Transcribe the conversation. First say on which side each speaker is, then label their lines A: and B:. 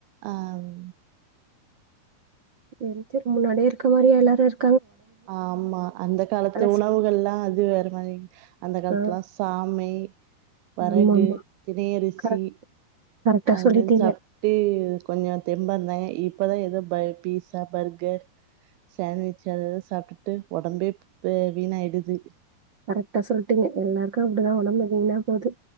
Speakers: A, on the right; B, on the right.
A: அவ்
B: சேரி சேரி முன்னாடி இருக்க மாரியா எல்லாரு இருக்
A: ஆமா அந்த காலத்து உணவுகல்லா
B: செ
A: அது வேற மாரி அந்த காலத்துல்லா
B: ஆ
A: சாமை வரகு
B: ஆமா ஆமா
A: தினையரிசி
B: கரெக்ட் கரெக்டா
A: அது
B: சொல்லிட்டீங்க
A: மாரி சாப்ட்டு கொஞ்ச தெம்பாருந்தாங்க இப் இப்பதா ஏதோ பர் பீஸா பர்கர் சாண்ட்விச் அதஅத ச சாப்ட்டுட்டு ஒடம்பே ப் வீணாயிடுது
B: கரெக்ட்டா சொல்ட்டீங்க எல்லார்க்கு அப்டிதா ஒடம்பு வீணாப் போது